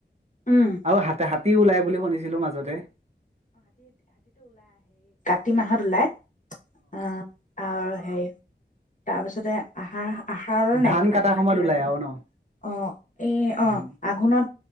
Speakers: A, on the left; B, on the right.
A: উম।
B: আৰু হাতে হাত ওলাই বুলি শুনিছিলো মাজতে।
A: প্ৰতি মাহত ওলায়। অ' আৰু তাৰপিছতে আহাৰ আহাৰৰ নাইকিয়া।
B: ধান কাটাৰ
A: কাতি।,
B: সময়ত ওলাই
A: আঘোণ
B: আৰু ন?
A: অ' এই
B: উম,
A: অ' আঘোণত